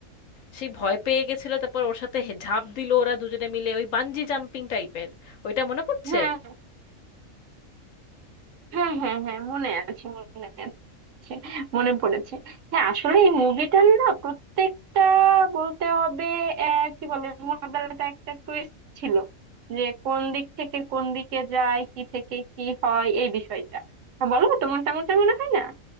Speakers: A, on the left; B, on the right.
A: সেই ভয় পেয়ে গেছিল তারপর ওর সাথে হে- ঝাঁপ দিল ওরা দুজনে মিলে ওই বানজি জাম্পিং টাইপের ওইটা মনে পড়ছে
B: হ্যাঁ হ্যাঁ হ্যাঁ হ্যাঁ মনে আছে মনে আছে মনে পড়েছে হ্যাঁ আসলে এই মুভিটার না প্রত্যেকটা বলতে হবে আহ, কি বলে মোনাজারটা একটা টুইস্ট ছিল যে কোন দিক থেকে কোন দিকে যায় কি থেকে কি হয় এই বিষয়টা হ্যাঁ, বলো তোমার তেমনটা মনে হয় না